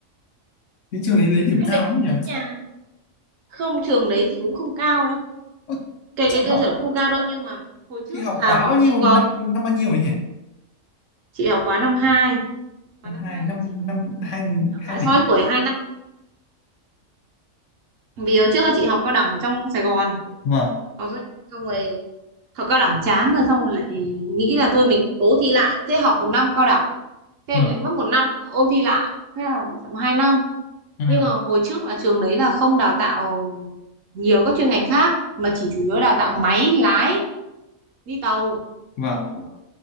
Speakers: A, on the left; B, on the right.
A: thế trường đấy lấy điểm
B: anh
A: cao
B: đấy
A: lắm nhỉ
B: nhà không trường đấy thì cũng không cao đâu
A: Ơ,
B: cái
A: chị
B: cái tiêu
A: học
B: chuẩn cũng không cao đâu nhưng mà hồi trước
A: chị học
B: là
A: khóa
B: họ
A: bao nhiêu
B: chưa
A: năm
B: có
A: năm bao nhiêu ấy nhỉ
B: chị học khóa năm hai khóa
A: năm
B: năm
A: hai
B: 2
A: năm
B: là chị
A: năm hai
B: chậm
A: hai
B: lại so
A: lẻ
B: với tuổi hai năm vì hồi trước là chị học cao đẳng ở trong Sài Gòn
A: vâng
B: Có rồi- xong rồi học cao đẳng chán rồi xong rồi lại nghĩ là thôi mình cố thi lại thế học một năm cao đẳng thế
A: vâng
B: lại mất một năm nữa ôn thi lại thế là bị chậm hai năm
A: hai
B: nhưng
A: năm
B: mà hồi trước là trường đấy là không đào tạo nhiều các chuyên ngành khác mà chỉ chủ yếu đào tạo máy lái đi tàu
A: vâng
B: thế thôi